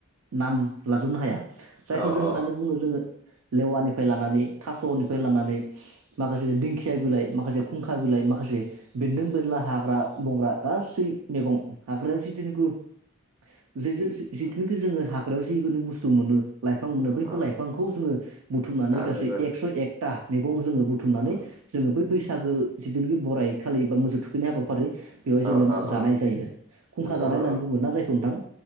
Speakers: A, on the right; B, on the right.
A: नाम लाजोबनो हाया जायखौ
B: औ
A: जों
B: औ
A: होननानै बुङो जोङो लेवानिफ्राय लानानै थास'निफ्राय
B: औ
A: लानानै माखासे दिंखिया बिलाइ माखासे खुंखा बिलाइ माखासे बेन्दों बेनला हाग्रा बंग्रा गासै मैगं <unintelligible> <inaudible> जे जिथुखि
B: औ
A: जोङो हा <unintelligible> जिखुनु बुस्थु मोनो लाइफां मोनो
B: औ
A: बैफोर
B: औ
A: लाइफांखौ जोङो बुथुमनानै
B: जाजोबो
A: गासै एक्स' एक <unintelligible> मैगं जोङो बुथुमनानै
B: औ
A: जोङो बै बैसा- बैसागो जिथुखि बराय खालि बा मोसौ थुखैनाय हाबा फारि बेवहाय
B: औ
A: जोङो
B: औ
A: जानाय
B: औ
A: जायो। खुंखा
B: नंगौ
A: जानाय
B: औ
A: होननानै बुंगोन ना जायखौ नोंथां